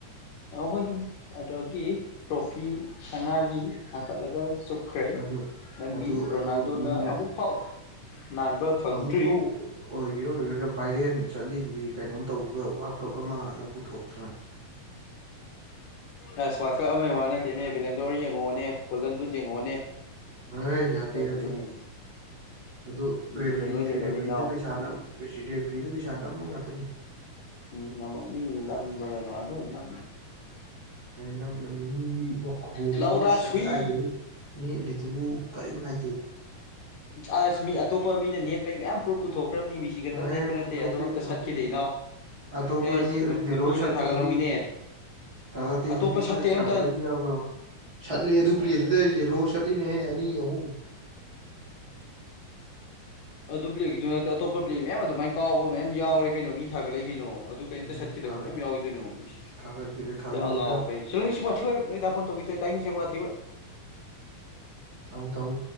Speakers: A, on the left; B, on the right.
A: ꯍꯣꯏ ꯑꯗꯨꯗꯒꯤ ꯇ꯭ꯔꯣꯐꯤ ꯁꯅꯥꯅꯤ ꯍꯥꯀꯠꯂꯒ ꯆꯨꯞꯈ꯭ꯔꯦ
B: ꯑꯗꯨ
A: ꯅꯪꯒꯤ
B: ꯑꯗꯨ
A: ꯔꯣꯅꯥꯜꯗꯣꯅ
B: ꯑꯗꯨ ꯃꯤꯅ
A: ꯑꯃꯨꯛ ꯐꯥꯎ ꯅꯥꯟꯕ ꯐꯪꯗ꯭ꯔꯤ
B: ꯑꯃꯨꯛꯐꯥꯎ ꯑꯣꯏꯒꯦꯔꯥ ꯑꯣꯏꯔꯣꯏꯔꯥ ꯚꯥꯏꯔꯦꯟ ꯆꯠꯂꯤꯅꯤꯗꯤ ꯀꯩꯅꯣꯝ ꯇꯧꯕꯒ ꯋꯥꯔꯜ ꯀꯞ ꯑꯃꯅ ꯄꯨꯊꯣꯛꯇ꯭ꯔꯦ
A: ꯑꯁ ꯁ꯭ꯋꯥꯁꯛ ꯑꯃꯒꯤ ꯋꯥ ꯅꯠꯇꯦꯅꯦ ꯚꯂꯦꯟꯗꯣꯔ ꯌꯦꯡꯉꯛꯑꯣꯅꯦ ꯀꯣꯍꯟꯕꯨ ꯌꯦꯡꯉꯛꯑꯣꯅꯦ
B: ꯑ ꯌꯥꯗꯤ
A: ꯀꯔꯤꯅꯣꯅꯦ
B: ꯌꯥꯗꯤ ꯑꯗꯨꯔꯤ
A: ꯃꯦꯁꯤꯅ ꯂꯣꯏ ꯍꯦꯜꯂꯦꯅꯦ
B: ꯔꯦꯐ꯭ꯔꯤꯗ
A: ꯏꯅꯥꯎ
B: ꯄꯩꯁ
A: ꯏꯅꯥꯎ
B: ꯔꯦꯐ꯭ꯔꯤꯗ ꯄꯩꯁꯥ ꯅꯝꯕ ꯉꯥꯛꯇꯅꯤ
A: ꯎꯝ ꯅꯝꯕ ꯃꯤꯝꯕꯦꯔ ꯑꯗꯨ ꯏꯔ
B: ꯅꯃ ꯃꯤꯒꯤ ꯋꯥꯈꯕꯣꯝꯗꯨꯕꯨ
A: ꯂꯧꯔꯥ ꯁꯨꯏ
B: ꯁꯪꯒꯥꯏꯈꯩ ꯅꯦꯠꯂꯤꯗꯨꯕꯨ ꯀꯔꯤ ꯍꯥꯏ
A: ꯑꯁ ꯃꯤ ꯑꯇꯣꯞꯄ ꯃꯤꯅ ꯅꯦꯠꯄꯩ ꯃꯌꯥꯝ ꯄꯨ꯭ꯔꯨꯞ ꯄꯨꯊꯣꯛꯈ꯭ꯔꯕ ꯅꯤ ꯃꯤꯁꯤ ꯈꯛꯇ ꯅꯦꯄ
B: ꯑꯦ
A: ꯅꯠꯇꯦ
B: ꯄꯨꯊꯣꯛꯇꯦ
A: ꯑ ꯑꯗꯨ ꯑꯝꯇ
B: ꯄꯨꯊꯣꯛꯇꯦ
A: ꯆꯠꯈꯤꯗꯦꯅꯣ
B: ꯑꯇꯣꯞꯄ
A: ꯑꯦꯁ
B: ꯅꯦꯠꯂ ꯌꯦꯜꯂꯣ
A: ꯅꯨꯄꯤꯅ
B: ꯁꯠꯂꯤꯗꯨꯗꯤ
A: ꯊꯥꯒꯠꯍꯧꯋꯤꯅꯦ
B: ꯊꯥꯒꯠꯇꯦ
A: ꯑꯇꯣꯞꯄ
B: ꯅꯨꯄꯤꯗꯅ
A: ꯁꯠꯇꯦ ꯑꯝꯇ
B: ꯊꯥꯒꯠꯂꯗꯤ ꯌꯥꯕ꯭ꯔꯣ ꯁꯠꯂꯤ ꯑꯗꯨ ꯄ꯭ꯂꯦ ꯑꯗꯨꯗ ꯌꯦꯜꯂꯣ ꯁꯠꯂꯤꯅꯦꯍꯦ ꯑꯅꯤ ꯑ ꯑꯣꯝ
A: ꯑꯗꯨ ꯄ꯭ꯂꯦꯛꯀꯤꯗꯨ ꯅꯠꯇꯦ ꯑꯇꯣꯞꯄ ꯄ꯭ꯂꯦꯛ ꯃꯌꯥꯝ ꯑꯗꯨꯃꯥꯏꯅ ꯀꯥꯎꯕ ꯃꯌꯥꯝ ꯌꯥꯎꯔꯦ ꯀꯩꯅꯣ ꯃꯤ ꯊꯥꯒꯠꯂꯛꯏ ꯀꯩꯅꯣ ꯑꯗꯨ ꯀꯩꯝꯇ
B: ꯎꯝ,
A: ꯆꯠꯈꯤꯗꯕ
B: ꯊꯥꯒꯠ
A: ꯃꯌꯥꯝ ꯌꯥꯎꯏꯗꯣꯏꯅꯣ ꯏꯁ
B: ꯊꯥꯒꯠꯀꯦꯔꯥ ꯊꯥꯒꯠꯂꯣꯏꯔꯥ
A: ꯑꯉ ꯆꯁꯨ ꯄꯊꯦꯣꯟ ꯇꯧꯁꯦ ꯇꯥꯏꯁꯊ
B: ꯊꯃ ꯊꯃ